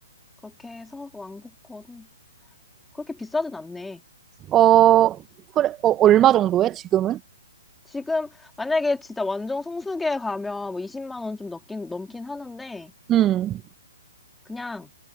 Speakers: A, in the centre; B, on the right.
A: 그렇게 해서 왕복권 그렇게 비싸진 않네.
B: 어, 그래. 어, 얼마 정도야, 지금은?
A: 지금 만약에 진짜 완전 성수기에 가면 뭐 20만 원 좀 넘긴 넘긴 하는데.
B: 음.
A: 그냥